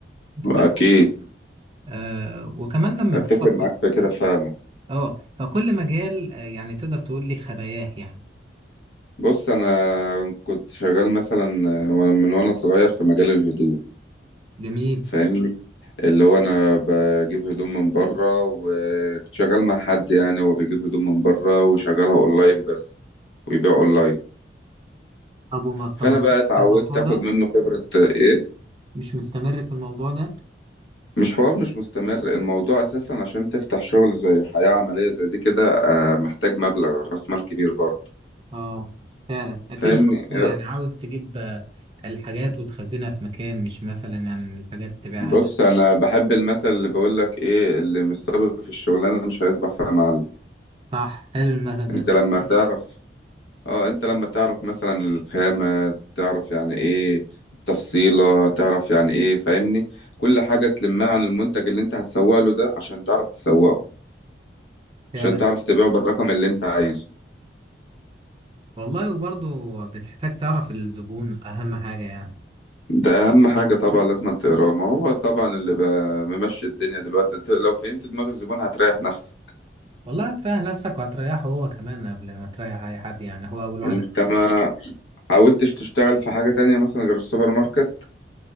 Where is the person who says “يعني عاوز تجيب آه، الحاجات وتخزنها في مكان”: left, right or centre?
Right